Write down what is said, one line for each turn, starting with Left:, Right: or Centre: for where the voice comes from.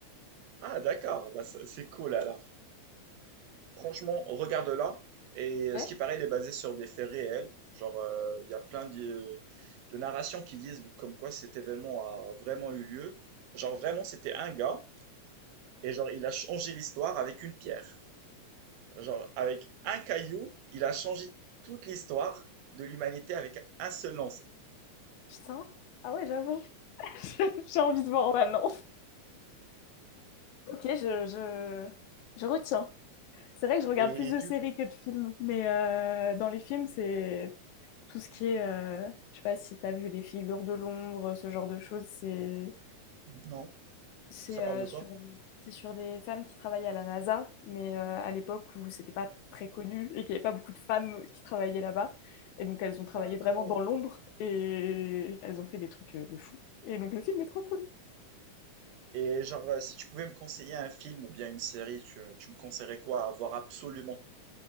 Right: Ah, d'accord. Bah, ça- c'est cool alors. Franchement, regarde-la. Et
Left: Ok.
Right: euh, ce qui paraît, elle est basée sur des faits réels. Genre, euh, il y a plein de, de narrations qui disent comme quoi cet événement a vraiment eu lieu. Genre, vraiment, c'était un gars. Et genre, il a changé l'histoire avec une pierre. Genre, avec un caillou, il a changé toute l'histoire de l'humanité avec un seul lancer.
Left: Putain. Ah ouais, j'avoue. <laughs> J'ai envie de voir maintenant. Ok, je, je, je retiens. C'est vrai que je regarde
Right: Et
Left: plus de
Right: du...
Left: séries que de films, mais euh, dans les films, c'est tout ce qui est, euh, je sais pas si t'as vu Les Figures de l'ombre, ce genre de choses, c'est
Right: Non,
Left: c'est
Right: ça parle
Left: euh,
Right: de quoi?
Left: sur des- c'est sur des femmes qui travaillent à la NASA, mais euh, à l'époque où c'était pas très connu et qu'il n'y avait pas beaucoup de femmes qui travaillaient là-bas, et donc elles ont travaillé
Right: D'accord.
Left: vraiment dans l'ombre et elles ont fait des trucs euh, de fou. Et donc le film est trop cool.
Right: Et genre, euh, si tu pouvais me conseiller un film ou bien une série, tu, tu me conseillerais quoi à voir absolument?